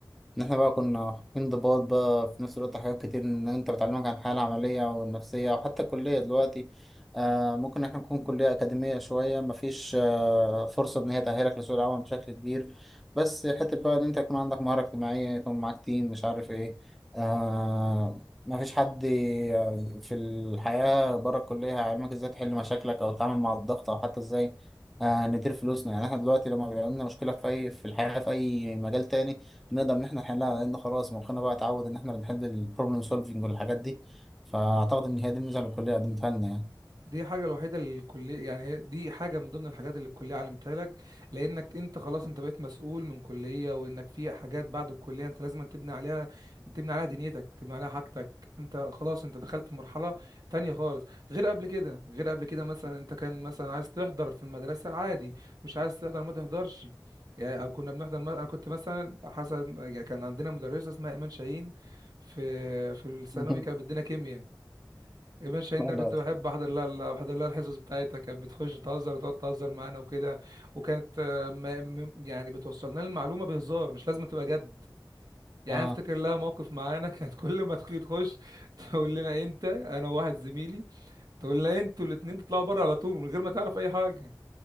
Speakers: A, in the centre; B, on the right.
A: ان احنا بقى كنا في انضباط بقى في نفس الوقت حاجات كتير ان انت بتعلمك عن الحياه العمليه والنفسيه وحتى الكليه دلوقتي آه ممكن احنا نكون كليه اكاديميه شويه مفيش آه فرصه ان هي تاهلك لسوق العمل بشكل كبير بس حته بقى ان انت يكون عندك مهاره اجتماعيه يكون معاك تيم مش عارف ايه آه ما فيش حد ي- في الحياة بره الكلية هيعلمك ازاي تحل مشاكلك أو تتعامل مع الضغط أو حتى ازاي آه، ندير فلوسنا يعني احنا دلوقتي لما بيبقى لنا مشكلة في أي في الحياة في أي مجال تاني بنقدر إن احنا نحلها لأن خلاص مخنا بقى اتعود إن احنا بنحل البروبلم سولفينج والحاجات دي فأعتقد إن هي دي الميزة اللي الكلية قدمتها لنا يعني
B: دي حاجة الوحيدة اللي الكلية يعني هي دي حاجة من ضمن الحاجات اللي الكلية علمتها لك لأنك أنت خلاص أنت بقيت مسؤول من كلية وإنك في حاجات بعد الكلية أنت لازم تبني عليها تبني عليها دنيتك تبني عليها حاجتك أنت خلاص أنت دخلت مرحلة تانية خالص غير قبل كده غير قبل كده مثلا أنت كان مثلا عايز تحضر في المدرسة عادي مش عايز تحضر ما تحضرش يعني أو كنا بنحضر مثلا أنا كنت مثلا حسب يعني كان عندنا مدرسة اسمها إيمان شاهين في في الثانوي
A: <laughs>
B: كانت بتدينا كيمياء ماشي هند
A: لا
B: انا
A: لا
B: كنت
A: دي
B: بحب احضر لها احضر لها الحصص بتاعتها كانت بتخش تهزر وتقعد تهزر معانا وكده وكانت آه، ما- م- يعني بتوصلنا المعلومه بهزار مش لازم تبقى جد يعني
A: اه
B: أنا افتكر لها موقف معانا <laughs> كانت كل ما تخلي تخش تقول لنا انت انا وواحد زميلي تقول لنا انتوا الاتنين تطلعوا بره على طول من غير ما تعرف اي حاجه